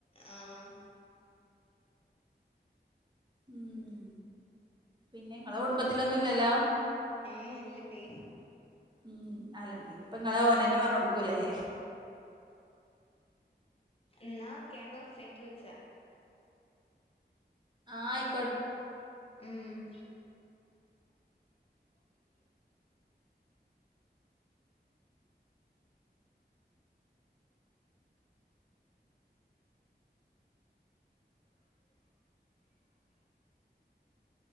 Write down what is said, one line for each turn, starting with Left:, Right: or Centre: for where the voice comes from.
Left: ആഹ്
Right: ഉം പിന്നെ ഇങ്ങളെ കുടുംബത്തിലൊന്നുല്ലലോ
Left: ഏ ഇല്ലേ
Right: ഉം അലണ്ടെങ്കിപ്പ ഇങ്ങളെ ഓനെന്നെ പറഞൊട്ക്കൂലലെ
Left: ന്നാ ഓകെ ചെയ്ന്ന്ട്ട് വുള്ച്ച
Right: ആയ്
Left: ഉം